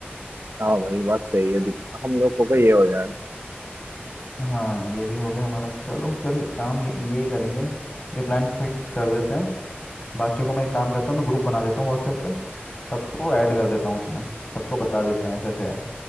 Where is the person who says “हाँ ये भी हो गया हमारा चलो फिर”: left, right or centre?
Left